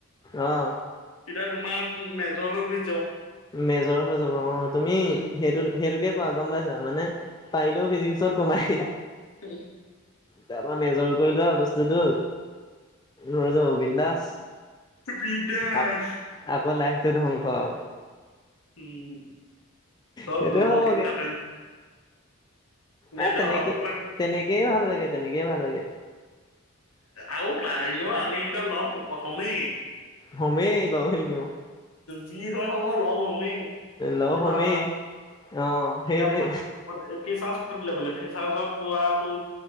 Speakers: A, on the left; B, on the left.
A: অহ।
B: তেতিয়া তোমাৰ ম' মেজৰ হৈ গু-
A: মেজৰ হৈ যাব অ'। তুমি সেইটোত
B: উম,
A: সেইটো- সেইটোৱে কৰা গম পাইছা। মানে, পাৰিলেও ফিজিক্সত কমাই দিয়া।
B: হম।
A: তাৰপৰা মেজৰ কৰি লোৱা বস্তুটো। ৰৈ যাব বিন্দাচ।
B: বিন্দাছ
A: আ' আকৌ লাইফটো ধ্বংস আৰু।
B: উম, চব
A: সেইটোৱে
B: লগৰ
A: হ'বগে
B: খিনিক তাতে সিহঁতে
A: এ, তেনেকেই
B: অহা বছৰলৈ
A: তেনেকেইে ভাল লাগে, তেনেকেই ভাল লাগে।
B: আৰু <unintelligible> আমি কেইটা লগ হমেই।
A: হমেই বাৰু এনেও।
B: যি হয় হব লওঁ আমি
A: লগ
B: কি
A: হোমেই
B: বা
A: অ সেইটোৱে
B: এটা এতিয়া <unintelligible> পাতিলে বোলে ফেচাৰ্জ পোৱাটো।